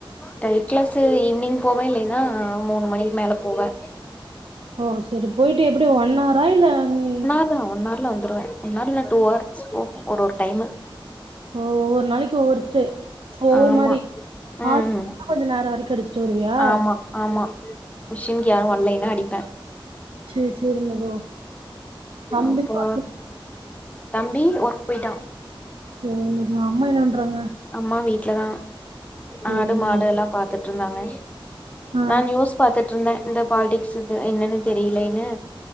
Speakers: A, on the left (about 15°); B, on the right (about 75°).
A: டைப் கிளாஸு ஈவ்னிங் போவே இல்லைனா மூணு மணிக் மேல போவே.
B: ஓ சேரி போயிட்டு எப்பிடி ஒன் ஹவரா இல்ல நீ
A: துதா ஒன் ஹார் ல வந்துருவே ஒன் ஹார் இல்ன்னா டூ ஹார்ச் போகு ஒரு ஒரு டைமு.
B: ஓ ஒவ்வொரு நாளைக்கு ஒவ்வொருத்ரு ஒவ்வொரு
A: ஆமா
B: மாரி.
A: ம்
B: ஆ
A: ம்
B: <inaudible> கொஞ்ச நேரோ வரைக்கு அடிச்சிட்டு வருவியா?
A: ஆமா ஆமா. மிஷின்க்கு யாரு வல்லைனா அடிப்பே.
B: சேரி சேரி மது. தம்பிக்கு
A: ஆ இப்போ தம்பி வொர்க் போயிட்டா.
B: சேரி மது அம்மா என்ன பண்றாங்க?
A: அம்மா வீட்லதா
B: சேரி
A: ஆடு மாடு
B: மது
A: எல்லா பாத்துட்ருந்தாங்க.
B: ஆ
A: நா நியூஸ் பாத்துட்ருந்த இந்த பாலிடிக்ஸுது என்னன்னு தெரியிலைனு